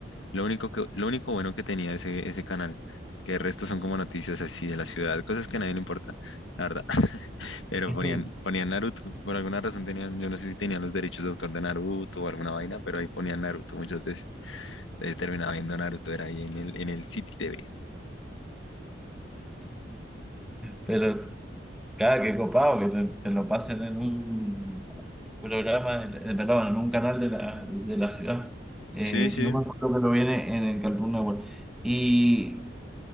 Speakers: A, on the left (about 85°); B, in the centre.
A: lo único que, lo único bueno que tenía ese, ese canal, que el resto son como noticias así de la ciudad, cosas que a nadie le importa, la verdad. <laughs> Pero
B: <laughs>
A: ponían, ponían Naruto, por alguna razón tenían, yo no sé si tenían los derechos de autor de Naruto o alguna vaina, pero ahí ponían Naruto muchas veces. Entonces terminaba viendo Naruto, era ahí en el, en el City TV.
B: Pero, cada que copado que te, te lo pasen en un, programa, en, en- perdón, en un canal de la, de la ciudad. Eh,
A: Sí, sí.
B: yo me acuerdo que lo viene en el Cartoon Network. Y